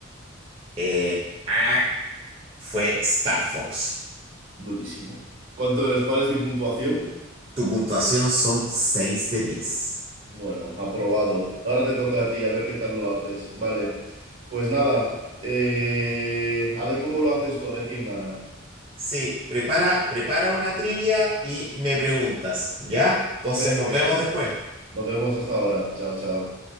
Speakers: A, on the right; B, on the right.
A: Eh, ah, fue Star Fox.
B: Durísimo. ¿Cuánto es? ¿Cuál es mi puntuación?
A: Tu puntuación son 6 de 10.
B: Bueno, aprobado. Ahora te toca a ti, a ver qué tal lo haces. Vale. Pues nada. eh, A ver cómo lo haces tú, a ver quién gana.
A: Sí, prepara, prepara una trivia y me preguntas, ¿ya? Entonces
B: Perfecto.
A: nos vemos después.
B: Nos vemos hasta ahora. Chao, chao.